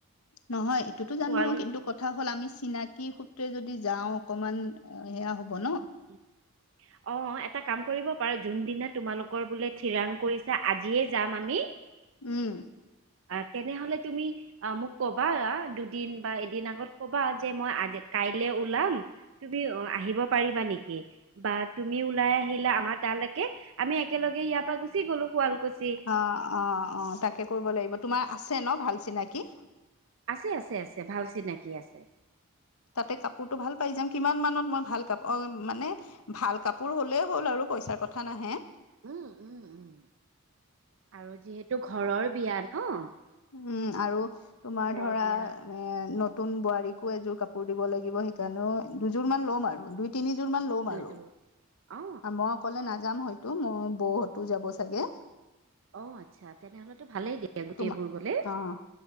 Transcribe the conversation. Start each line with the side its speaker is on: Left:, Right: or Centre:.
Left: নহয় এইটোতো জানো
Right: শুৱাল
Left: কিন্তু কথা কথা হ'ল আমি চিনাকি সূত্ৰে যদি যাওঁ অকমান সেয়া হ'ব ন।
Right: উম <unintelligible> অহ এটা কাম কৰিব পাৰোঁ যোনদিনা তোমালোকৰ বোলে ঠিৰাং কৰিছা আজিয়ে যাম আমি
Left: উম
Right: আহ তেনেহলে তুমি অহ মোক কবা আহ দুদিন বা এদিন আগত কবা যে মই আজি কাইলে ওলাম তুমি অহ আহিব পাৰিবা নেকি বা তুমি ওলাই আহিলা আমাৰ তালেকে আমি একেলগে ইয়াৰ পৰা গুচি গলো শুৱালকুছি
Left: অহ অহ অহ তাকে কৰিব লাগিব তোমাৰ আছে ন ভাল চিনাকি।
Right: আছে আছে আছে ভাল চিনাকি আছে।
Left: তাতে কাপোৰটো ভাল পাই যাম কিমান মানত মই ভাল কাপোৰ অহ মানে। ভাল কাপোৰ হ'লেই হ'ল আৰু পইচাৰ কথা নাহে
Right: উম উম উম আৰু যিহেতু ঘৰৰ বিয়া ন।
Left: উম আৰু তোমাৰ
Right: ঘৰৰ
Left: ধৰা
Right: বিয়া
Left: এ নতুন বোৱাৰীকো, এযোৰ কাপোৰ দিব লাগিব। সেইকাৰণেও, দুযোৰ মান ল'ম আৰু, দুই তিনিযোৰ মান ল'ম
Right: দুযোৰ
Left: আৰু।
Right: অ
Left: মই অকলে নাযাম হয়তো মোৰ, বৌ হতো যাব চাগে।
Right: অ', আচ্ছা। তেনেহ'লেতো ভালেই দিয়ক, গোটেইবোৰ
Left: তোমা
Right: গ'লে।
Left: অ',